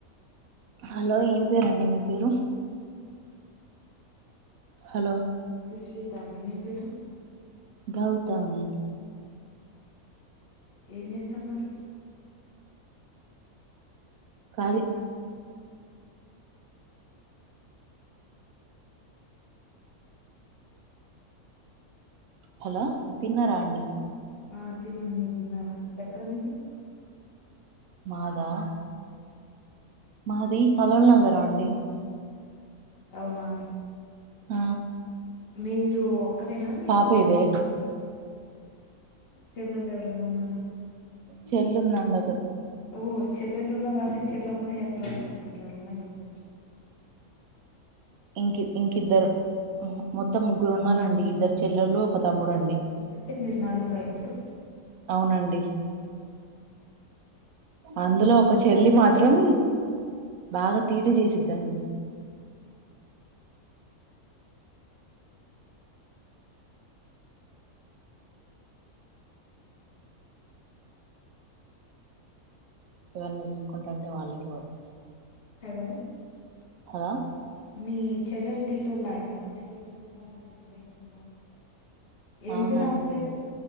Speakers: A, on the right (about 75°); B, on the left (about 45°).
A: hello ఏం పేరండి మీ పేరు హలో
B: సుస్వీత అండి మీ పేరు
A: గౌతమి
B: ఏం చేస్తున్నారు
A: కాలి హలో తిన్నారా అండి
B: ఆ తిన్నాం మీరు తిన్నారా ఎక్కడ మీది
A: మాదా మాది కలల్ నగరం అండి
B: అవునా
A: ఆ
B: మీరు ఒక్కరేనా మీకు
A: పాపేదే
B: చెల్లెలు ఎవ అర్ ఉన్నర
A: చెల్ందండి ఒకటి
B: ఓ చెల్లెళ్లు ఉన్నార అంటే చెల్ల ఒక్కనే చెప్పరాచ్చు అండి ఇంకెవరున్నా చెప్పొచ్చు
A: ఇంకి ఇంకిద్దరు అహ మొత్తం ముగ్గురు ఉన్నారండి ఇద్దరు చెల్లెల్లు ఒక తమ్ముడు అండి
B: అంటే మీరు నలుగురా ఇప్పుడు
A: అవునండి అందులో ఒక చెల్లి మాత్రం బాగా తీట చేసిద్దాండి. ఎవర్ని చూసుకుంటాంటే వాళ్ళకే వర్తిస్తది
B: హలో
A: హా
B: మీ చెల్లెలు తీటోళ్ళ అండి పక్కన <unintelligible> డిస్టర్బ్ అయితంది కాల్ ఏం
A: అవునాండి
B: పేరు ఆమె పేరు